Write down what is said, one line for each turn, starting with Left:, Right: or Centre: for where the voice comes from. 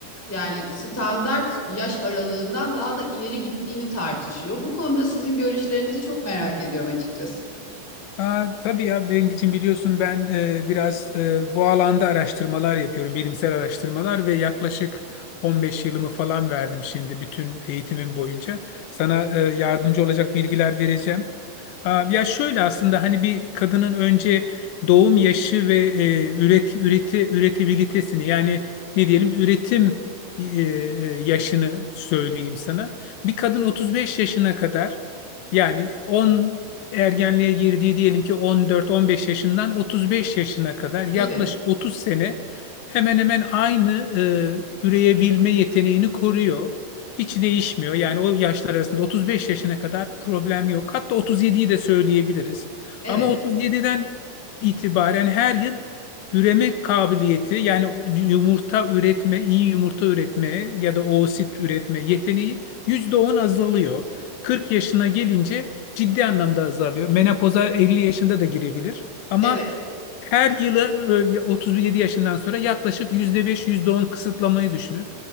Centre: yani standart yaş aralığından daha da ileri gittiğini tartışıyor. Bu konuda sizin görüşlerinizi çok merak ediyorum açıkçası.
Left: Aa tabii ya Bengicim biliyorsun ben e, biraz e, bu alanda araştırmalar yapıyorum. Bilimsel araştırmalar ve yaklaşık 15 yılımı falan verdim şimdi bütün eğitimim boyunca. Sana e, yardımcı olacak bilgiler vereceğim. Aa, Ya şöyle aslında hani bir kadının önce doğum yaşı ve e, üret, üreti, üretebilitesini yani ne diyelim üretim e, e, yaşını söyleyeyim sana. Bir kadın 35 yaşına kadar yani on ergenliğe girdiği diyelim ki 14-15 yaşından 35 yaşına kadar yaklaşık
Centre: Evet,
Left: 30 sene hemen hemen aynı e, üreyebilme yeteneğini koruyor. Hiç değişmiyor. Yani o yaşlar arasında 35 yaşına kadar problem yok. Hatta 37'yi de söyleyebiliriz.
Centre: evet,
Left: Ama 37'den itibaren her yıl üreme kabiliyeti yani yumurta üretme, iyi yumurta üretme ya da oosit üretme yeteneği %10 azalıyor. 40 yaşına gelince ciddi anlamda azalıyor. Menopoza 50 yaşında da girebilir. Ama
Centre: evet.
Left: her yılı böyle 37 yaşından sonra yaklaşık %5, %10 kısıtlamayı düşünün.